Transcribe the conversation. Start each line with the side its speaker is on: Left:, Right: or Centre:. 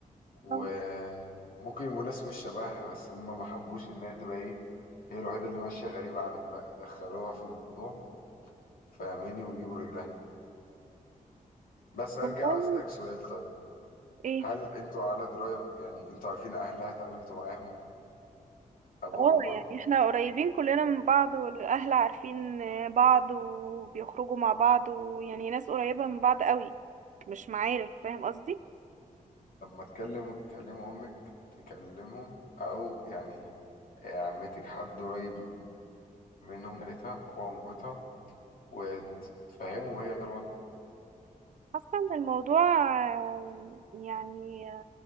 Left: وممكن
Right: آه،
Left: يبقوا ناس مش شبهها بس هم ما حبوش ان هي تبقى ايه هي الوحيده اللي ماشيه غريبه عنهم لا يدخلوها في الموضوع فاهماني ويجيبوا رجلها بس
Right: والله
Left: ارجع اسالك سؤال طيب
Right: ايه
Left: هل انتوا على دراية يعني انتوا عارفين اهلها اتعاملتوا معاهم ابوها
Right: اه
Left: وامها
Right: يعني احنا قريبين كلنا من بعض والاهل عارفين بعض وبيخرجوا مع بعض ويعني ناس قريبة من بعض قوي مش معارف فاهم قصدي
Left: لما تكلم تكلموا امك تكلمهم او يعني عمتك حد قريب منهم قالتها باباها ومامتها وتفهمهم هي الوضع
Right: حاسة ان الموضوع آه، يعني